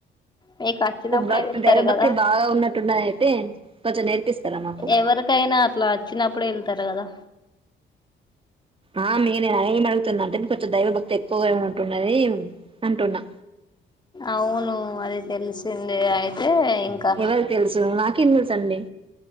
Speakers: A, on the left; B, on the right.
A: మీకు వచ్చినప్పుడే
B: భక్తి
A: వెళ్తారు
B: దైవభక్తి
A: కదా
B: బాగా ఉన్నట్టున్నదయితే కొంచెం నేర్పిస్తారా మాకు
A: ఎవరికైనా అట్లా వచ్చినప్పుడే వెళతారు కదా
B: ఆ నేనే అయినా అడు అంటే కొంచెం దైవభక్తి ఎక్కువగానే ఉంటున్నది అంటున్నా
A: అవును అది తెలిసిందే అయితే ఇంకా
B: ఎవరికి తెలుసు మాకు క్లీన్చేస్తుండే